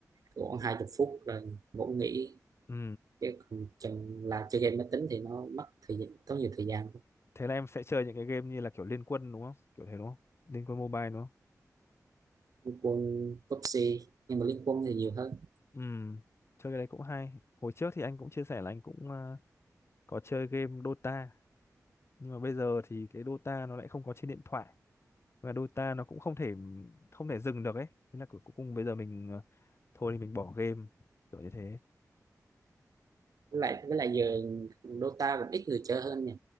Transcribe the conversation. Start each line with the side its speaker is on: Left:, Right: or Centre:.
Right: khoảng hai chục phút rồi ngủ nghỉ
Left: ừ
Right: chứ còn chừng là chơi game máy tính thì nó mất thời gian tốn nhiều thời gian
Left: thế là em sẽ chơi những cái game như là kiểu Liên Quân đúng không kiểu thế đúng không Liên Quân Mobile đúng không
Right: Liên quân PUBG nhưng mà Liên quân thì nhiều hơn
Left: Ừ, chơi cái đấy cũng hay. Hồi trước thì anh cũng chia sẻ là anh cũng ờ, có chơi game Dota, nhưng mà bây giờ thì cái Dota nó lại không có trên điện thoại và Dota nó cũng không thể không thể dừng được ấy. Thế là cuối cuối cùng bây giờ mình ờ, thôi thì mình bỏ game kiểu như thế.
Right: với lại với lại giờ Dota cũng ít người chơi hơn nha.